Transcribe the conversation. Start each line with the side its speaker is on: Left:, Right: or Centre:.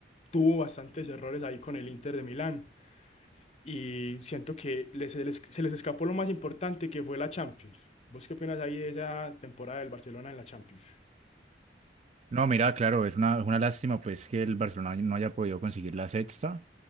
Left: tuvo bastantes errores ahí con el Inter de Milán. Y siento que les- se les, se les escapó lo más importante que fue la Champions. ¿Vos qué opinas ahí de esa temporada del Barcelona en la Champions?
Right: No, mira, claro, es una, es una lástima pues que el Barcelona no haya podido conseguir la sexta,